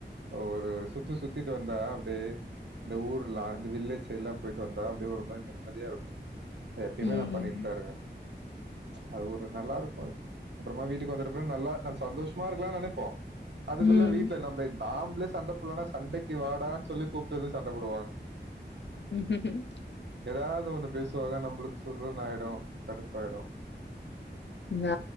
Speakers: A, on the right; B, on the left.
A: ஒரு சுத்து சுத்திட்டு வந்தா அப்டியே இந்த ஊர்லா இந்த வில்லேஜ் சைட்லா போய்ட்டு வந்தா அப்டியே ஒரு மாறி நிம்மதியாருக்கு அ எப்புயுமே
B: ம்.
A: நா பண்ணிட்தா இருக்க அது ஒரு நல்லாருக்கு அப்புறமா அத் வீட்டுக்கு வந்ததப்றோ நல்லா நம் சந்தோஷமா இருக்கலான் நெனைப்போ அதுக்குள்ள
B: ம்.
A: வீட்ல நம்ளை நாம்ளே சண்ட போடலனா சண்டைக்கு வாடான் சொல்லி கூப்ட்டு வந்து சண்ட போடுவாங்
B: ம் ம் ம்
A: ஏதாவது ஒண்ணு பேசுவாங்க நம்ளுக் சுர்ருன் ஆயிடு கடுப்பாயிடு
B: நா